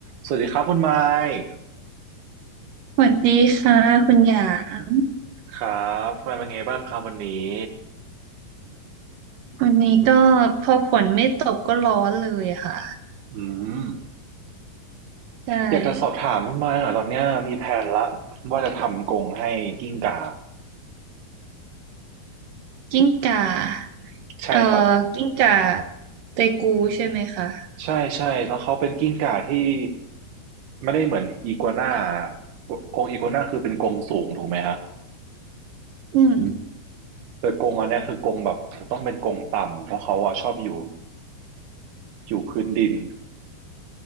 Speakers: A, on the right (about 85°); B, on the right (about 70°).
A: สวัสดีครับคุณไมค์
B: สวัสดีค่ะคุณหยาง
A: ครับคุณไมค์เป็นไงบ้างครับวันนี้
B: วันนี้ก็พอฝนไม่ตกก็ร้อนเลยอะค่ะ
A: อืม
B: ใช่
A: อยากจะสอบถามคุณไมค์หน่อยตอนเนี้ยมีแผนละว่าจะทำกรงให้กิ้งก่า
B: กิ้งก่า
A: ใช่ครับ
B: เอ่อกิ้งก่าเตกูใช่ไหมคะ
A: ใช่ใช่แล้วเขาเป็นกิ้งก่าที่ไม่ได้เหมือนอีกัวน่ากรงอีกัวน่าคือเป็นกรงสูงถูกไหมฮะ
B: อืม
A: แต่กรงอันเนี้ยคือกรงแบบต้องเป็นกรงต่ำเพราะเขาอะชอบอยู่อยู่พื้นดิน